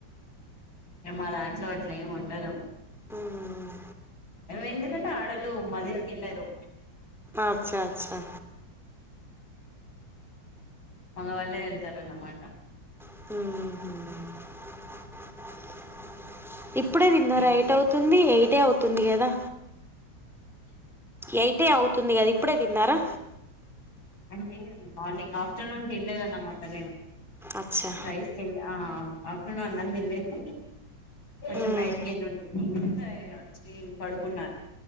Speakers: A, on the left (about 85°); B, in the centre.
A: మా దాంట్లో అట్లే ఏమి ఉండరు
B: హ్మ్మ్
A: ఎందుకంటే ఆడలు మది వెళ్ళరు
B: అచ్చా అచ్చా
A: మగవాళ్ళే వెళ్తారన్నామాట
B: హ్మ్మ్ ఇప్పుడే తిన్నారా
A: ఏం చేశారు
B: ఎట్ అవుతుంది ఎయిటే అవుతుంది కదా ఎయిట్ అవుతుంది కదా ఇప్పుడే తిన్నారా
A: అంటే మార్నింగ్ ఆఫ్టర్నూన్ తినలేదన్నమాట నేను
B: అచ్చా
A: రైస్ తిన్ ఆ ఆఫ్టర్నూన్ అన్నం తినలేదు కొంచెం
B: ఉమ్
A: బయటికి కేళ్ళింటిని వచ్చి పడుకున్నాను